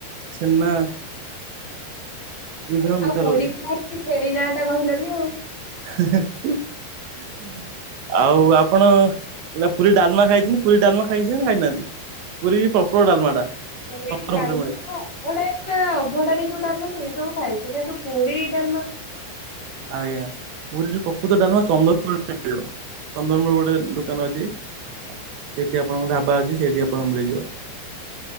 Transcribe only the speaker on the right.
ଛେନା ବିଭିନ୍ନ ମିଠା
ରହୁଛି
ହ <inaudible> ଆଉ ଆପଣ ନା ପୁରୀ, ଡାଲମା ଖାଇଚନ୍ତି ପୁରୀ, ଡାଲମା ଖାଇଚନ୍ତି ନା ଖାଇନାହାନ୍ତି? ପୁରୀ ପ୍ରପର ଡାଲମା ଟା।
ବ୍ରହ୍ମପୁରରେ
ମିଳେ
ଆଜ୍ଞା ପୁରୀ ରେ ପ୍ରକୃତ ଡାଲମା ଚନ୍ଦନ <unintelligible> ଖାଇପାରିବ। ଚନ୍ଦନର ଗୋଟେ ଦୋକାନ ଅଛି ସେଠି ଆପଣଙ୍କ ଢାବା ଅଛି ସେଇଠି ଆପଣଙ୍କୁ ମିଳିଯିବ।